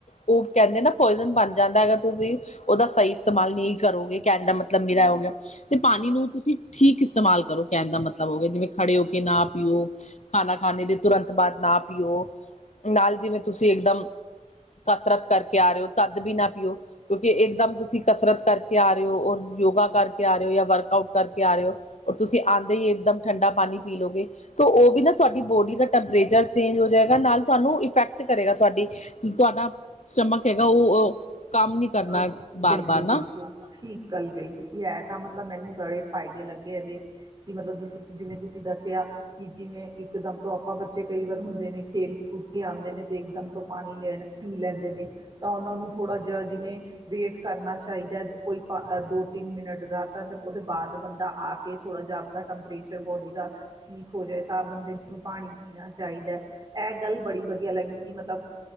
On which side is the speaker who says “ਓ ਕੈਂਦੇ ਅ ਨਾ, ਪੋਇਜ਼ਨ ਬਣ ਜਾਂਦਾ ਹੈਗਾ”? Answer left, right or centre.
Left